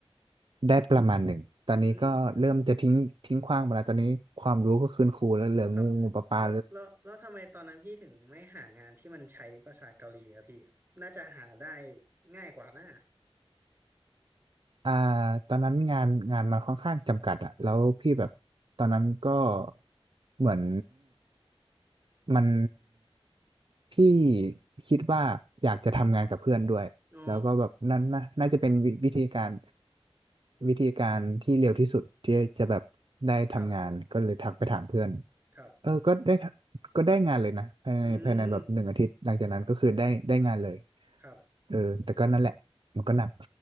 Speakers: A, on the right; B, on the right.
A: ได้ประมาณหนึ่งตอนนี้ก็เริ่มจะทิ้งทิ้งขว้างไปแล้วตอนนี้ความรู้ก็คืนครูแล้วเหลืองูงูปลาปลา
B: อืมครับแล้วแล้วแล้วทำไมตอนนั้นพี่ถึงไม่หางานที่มันใช้ภาษาเกาหลีอะพี่น่าจะหาได้ง่ายกว่านะ
A: อ่าตอนนั้นงานงานมันค่อนข้างจำกัดอะแล้วพี่แบบตอนนั้นก็เหมือนมันพี่คิดว่าอยากจะทำงานกับเพื่อนด้วยแล้วก็แบบนั่นน่ะน่าจะเป็นวิวิธีการ
B: อ๋อ
A: วิธีการที่เร็วที่สุดที่จะแบบได้ทำงานก็เลยทักไปถามเพื่อน
B: ครับครับ
A: เออก็ได้ก็ได้งานเลยนะภายในภายในแบบหนึ่งอาทิตย์หลังจากนั้นก็คือได้ได้งานเลย
B: อืมครับ
A: เออแต่ก็นั่นแหละมันก็หนัก